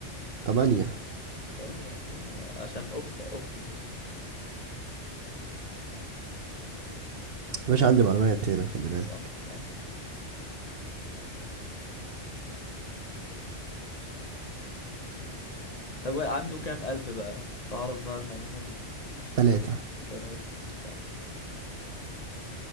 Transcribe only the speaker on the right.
تمانية
يا باشا عندي معلومات هنا خلي بالك
تلاتة